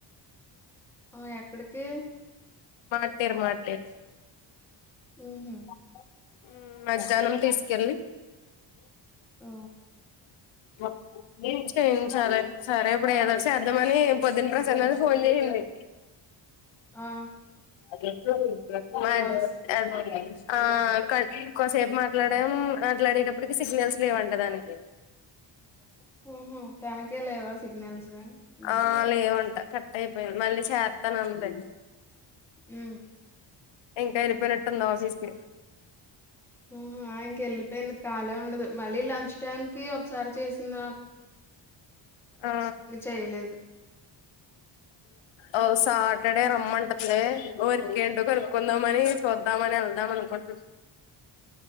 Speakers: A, in the centre; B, on the left.
A: ఆ ఎక్కడికి
B: మాటేరు మాటేరు
A: ఉహు
B: ఉమ్ మధ్యాహ్నం తీసు కెళ్ళి
A: ఓ
B: <inaudible> సరే సరే సరే ఇప్పుడు ఏదో చేద్దామని పొద్దున ప్రశాంతది ఫోన్ చేసింది <inaudible>
A: ఆ
B: అట్లా వచ్చేవి
A: కాల్స్
B: <unintelligible> ఆ ఇంకోసేపు మాట్లాడం మాట్లాడినప్పటికి సిగ్నల్స్ లేవంట దానికి
A: మ్ హ్ తనకే లేవా సిగ్నల్స్ ఉమ్
B: ఆ లేవ కొంట కట్ అయిపోయిం మళ్ళీ చేత్తనంది.
A: మ్
B: ఇంకా ఎల్లిపోయినట్టుంది ఆఫీస్కి
A: ఆహా ఇంకెళ్ళిపోయింది కాలే ఉం డదు. మళ్ళీ లంచ్ టైమ్కి ఒకసారి చేసిన్
B: ఆ
A: చేయలేదు
B: ఆ సాటర్డే రమ్మంట ది. ఒరికేంటో కనుక్కుందాం అని చూద్దామని ఎళ్దాం అనుకున్